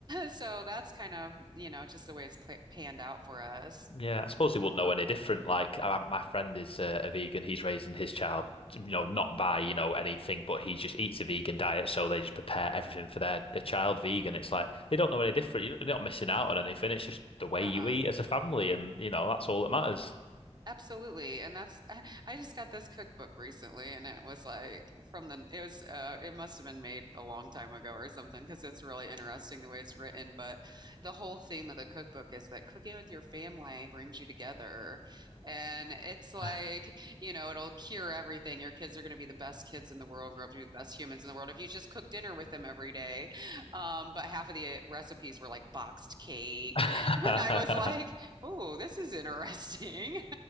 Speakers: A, on the right; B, on the left.
A: So that's kind of, you know, just the way it's pla panned out for us.
B: Yeah, I suppose they wouldn't know any different. Like I, my friend is uh, a vegan; he's raising his child, you know, not by you know anything, but he just eats a vegan diet, so they just prepare everything for their their child vegan. It's like they don't know any different. You're not missing out on anything. It's just the way
A: Uh-uh.
B: you eat as a family, and you know that's all that matters.
A: Absolutely. And that's, <laughs> I I just got this cookbook recently and it was like from the, it was, uh, it must have been made a long time ago or something because it's really interesting the way it's written. But the whole theme of the cookbook is that cooking with your family brings you together. And it's like,
B: <laughs>
A: you know, it'll cure everything. Your kids are going to be the best kids in the world and grow up to be the best humans in the world if you just cook dinner with them every day. Um, but half of the recipes were like boxed cake.
B: <laughs>
A: <laughs> And I was like, oh, this is interesting.